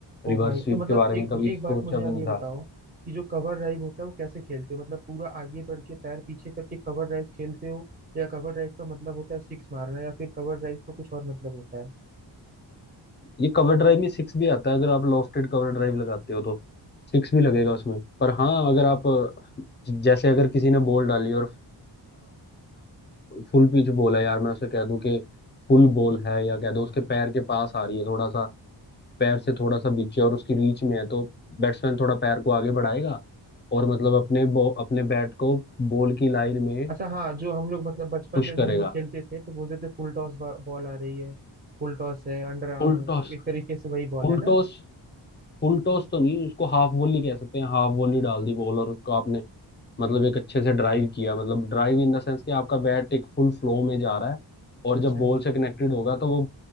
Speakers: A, on the left; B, on the right.
A: रिवर्स
B: ओ भाई
A: स्वीप
B: तो मतलब
A: के बारे
B: एक
A: में कभी
B: एक
A: सोचा
B: बात मुझे
A: भी
B: आप
A: नहीं
B: ये
A: था
B: बताओ कि जो कवर ड्राइव होता है वो कैसे खेलते हो मतलब पूरा आगे बढ़ के पैर पीछे करके कवर ड्राइव खेलते हो या कवर ड्राइव का मतलब होता है सिक्स मारना या फिर कवर ड्राइव का कुछ और मतलब होता है
A: ये कवर ड्राइव में सिक्स भी आता है अगर आप लॉफ्टेड कवर ड्राइव लगाते हो तो सिक्स भी लगेगा उसमें पर हाँ
B: अच्छा
A: अगर आप अ, जैसे अगर किसी ने बॉल डाली और फुल पिच बॉल है यार मैं उसे कह दूं कि फुल बॉल है या कह दो उसके पैर के पास आ रही है थोड़ा सा पैर से थोड़ा सा बीचे और उसकी रीच में है तो बैट्समैन थोड़ा पैर को आगे बढ़ाएगा और मतलब अपने बॉ अपने बैट को बॉल की लाइन में
B: अच्छा हाँ जो हम लोग मतलब बचपन
A: पुश
B: में जो
A: करेगा
B: हम लोग खेलते थे तो बोलते थे फुल टॉस बॉल आ रही है फुल टॉस है अंडर आर्म
A: Full
B: है
A: toss
B: तो एक तरीके से वही बॉल
A: full
B: है ना
A: toss full toss तो नहीं उसको हाफ वॉली कह सकते हैं हाफ वॉली डाल दी बॉल और उसको आपने मतलब एक अच्छे से ड्राइव किया मतलब ड्राइव इन द सेंस कि आपका बैट एक फुल फ्लो में जा रहा है और
B: अच्छा
A: जब बॉल से कनेक्टेड होगा तो वो